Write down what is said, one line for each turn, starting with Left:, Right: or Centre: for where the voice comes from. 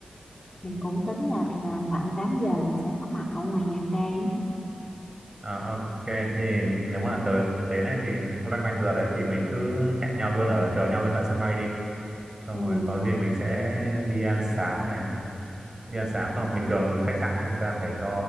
Left: mình cũng tính là là khoảng 8 giờ mình sẽ có mặt ở ngoài Nha Trang á
Right: Ờ, ok thì nếu mà tớ đến ấy thì loanh quanh giờ đấy thì mình cứ hẹn nhau luôn ở chờ nhau luôn tại sân bay đi xong
Left: ừ.
Right: rồi có gì mình sẽ đi ăn sáng này đi ăn sáng xong bình thường khách sạn ấy, người ta phải cho